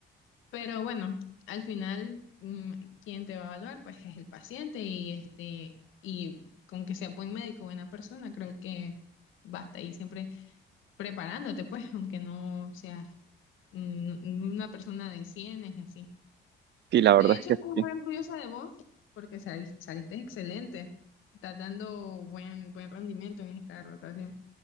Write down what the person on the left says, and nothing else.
Pero bueno, al final mm, quien te va a evaluar pues es el paciente y este y con que sea buen médico, buena persona, creo que basta y siempre preparándote, pues, aunque no seas mm, una persona de cienes y así.
De hecho,
estoy
muy orgullosa de vos porque sali- saliste excelente. Estás dando buen, buen rendimiento en esta rotación.